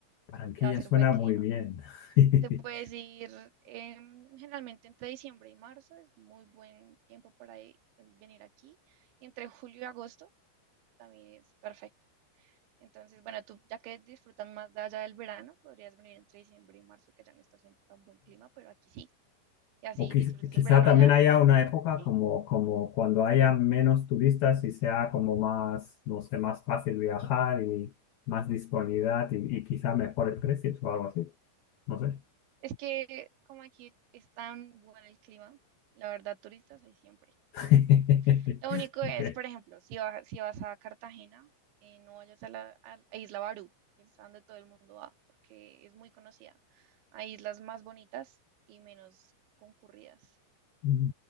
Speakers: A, on the left (about 70°); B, on the right (about 70°).
A: Barranquilla
B: te va a hacer
A: suena
B: buen clima.
A: muy bien. <laughs>
B: Te puedes ir em, generalmente entre diciembre y marzo, es muy buen tiempo para i- venir aquí. Y entre julio y agosto también es perfecto. Entonces, bueno, tú ya que disfrutan más de allá del verano, podrías venir entre diciembre y marzo, que allá no está haciendo tan buen clima, pero aquí sí. Y así
A: O quiz-
B: disfrutas
A: quizá
B: el verano
A: también
B: allá.
A: haya una época
B: y sí.
A: como, como cuando haya menos turistas y sea como más, no sé, más fácil viajar y más disponibilidad y, y quizá mejores precios o algo así. No sé.
B: Es que como aquí es tan bueno el clima, la verdad, turistas hay siempre,
A: <laughs>
B: siempre. Lo único es,
A: Ok.
B: por ejemplo, si vas, si vas a Cartagena, eh, no vayas a la a- a Isla Barú, que es a donde todo el mundo va, porque es muy conocida. Hay islas más bonitas y menos concurridas.
A: Mm.